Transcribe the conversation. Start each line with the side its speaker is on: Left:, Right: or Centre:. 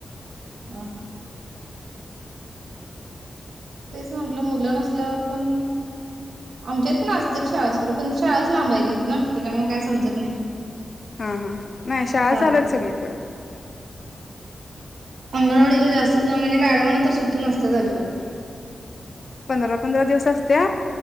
Right: अ ह तेच म्हटलं मुलं नसल्यावर पण आमच्यात पण असतील शाळासवरू पण शाळाच लांबाय घेत ना त्याच्यामुळे काय समजत नाही
Left: हा हा नाही शाळा
Right: चालेल
Left: चालत सगळीकड
Right: अंगणवाडीला जास्त ज म्हणजे मॅडमांना तर सुट्टी नसते अजिबत
Left: पंधरा पंधरा दिवस असत्या